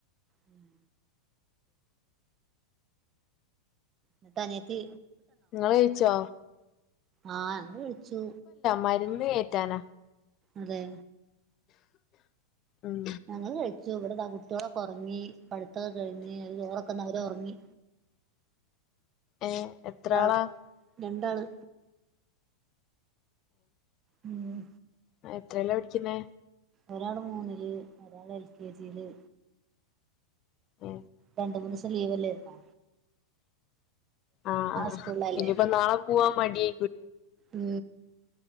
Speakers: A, on the right (about 30°); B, on the left (about 35°).
A: ഉം ന്നിട്ട് അനിയത്തി
B: നിങ്ങൾ കയിച്ചോ
A: ആഹ ഞങ്ങൾ കഴിച്ചു
B: മരുന്ന് കേറ്റാനാ
A: അതെ
B: ഉം
A: ഞങ്ങള് കഴ പക്ഷ ഇവിടുത്തെ ആ കുട്ടികളൊക്കെ ഉറങ്ങി പഠത്തക്കെ കഴിഞ്ഞ് അ ചോറൊക്കെുന്ന അവര ഉറങ്ങി
B: ഏ
A: രണ്ടാളും
B: എത്ര ആളാ
A: രണ്ടാള് ഉം
B: ആ എത്രല്ലോ പഠിക്കുന്നേ
A: ഒരാള് മൂന്നില് ഒരാള് എൽ കെ ജിയില്
B: ഓ
A: രണ്ട മൂന്ന് ദിവസം ലീവ്ല്ലേരുന്ന
B: ആഹ ആ്
A: സ്കൂളിലല്ലേ
B: ഇനിപ്പൊ നാ പോവാൻ മടിയ
A: ഉ